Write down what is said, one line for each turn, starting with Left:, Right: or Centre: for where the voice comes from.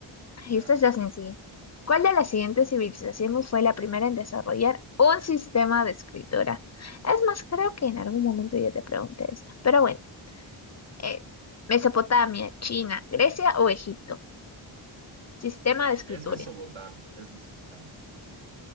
Left: Esta
Right: A
Left: es
Right: ver.
Left: ya sencilla. ¿Cuál de las siguientes civilizaciones fue la primera en desarrollar un sistema de escritura? Es más, creo que en algún momento ya te pregunté esto, pero bueno, es Mesopotamia, China, Grecia o Egipto. Sistema de escritura.
Right: Es Mesopotamia, es Mesopotamia.